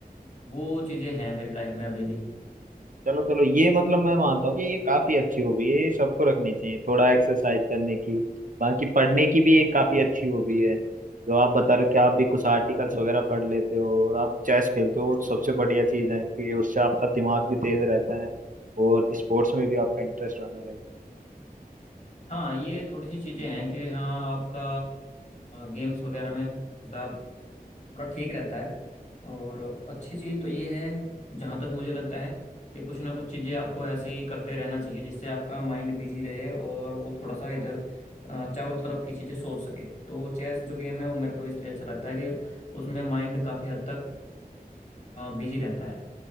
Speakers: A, on the left; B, on the right.
A: वो चीज़ें हैं मेरी लाइफ में अभी भी
B: चलो चलो ये मतलब मैं मानता हूँ कि ये काफी अच्छी हॉबी है ये सबको रखनी चाहिए थोड़ा एक्सरसाइज करने की बाकी पढ़ने की भी एक काफी अच्छी हॉबी है जो आप बता रहे हो कि आप भी कुछ आर्टिकल्स वगैरह पढ़ लेते हो और आप चेस खेलते हो वो सबसे बढ़िया चीज है कि उससे आपका दिमाग भी तेज रहता है और स्पोर्ट्स में भी आपका इंटरेस्ट बना रहता है
A: हाँ ये थोड़ी सी चीज़ें हैं कि हाँ आपका गेम्स वगैरह में हिसाब थोड़ा ठीक रहता है और अच्छी चीज़ तो ये है जहाँ तक मुझे लगता है कि कुछ ना कुछ चीज़ें आपको ऐसी करते रहना चाहिए जिससे आपका माइंड बिजी रहे और वो थोड़ा सा इधर अ, चारों तरफ की चीज़ें सोच सके तो चेस जो गेम है वो मेरे को इसलिए अच्छा लगता है कि उसमें माइंड काफ़ी हद तक बिजी रहता है